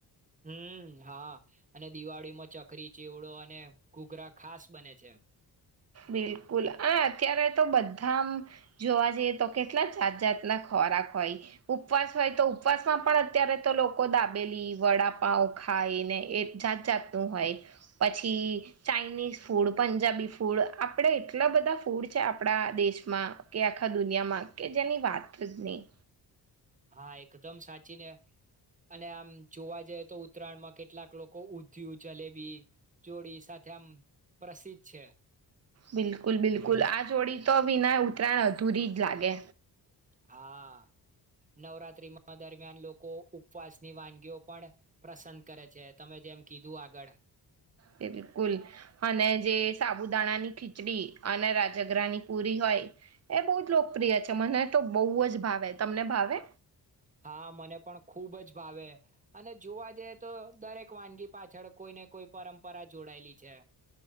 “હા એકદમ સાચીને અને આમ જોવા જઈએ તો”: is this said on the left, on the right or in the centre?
Right